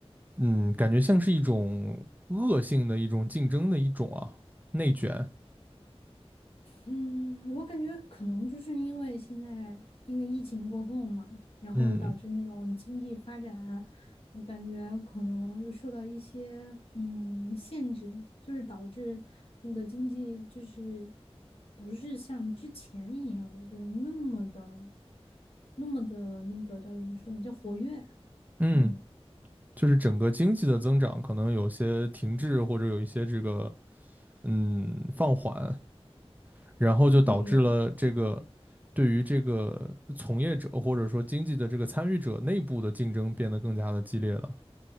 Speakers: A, on the right; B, on the left.
A: 嗯，感觉像是一种恶性的一种竞争的一种啊，内卷，
B: 嗯，我感觉可能就是因为现在因为疫情过后嘛，然后导致那种经济发展，
A: 嗯
B: 我感觉可能就受到一些嗯限制，就是导致那个经济就是不是像之前一样的，就是那么的那么的那个叫怎么说呢，叫活跃。
A: 嗯，
B: 嗯，
A: 就是整个经济的增长可能有些停滞或者有一些这个嗯放缓，然后就导致了这个
B: 对，
A: 对于这个从业者或者说经济的这个参与者内部的竞争变得更加的激烈了。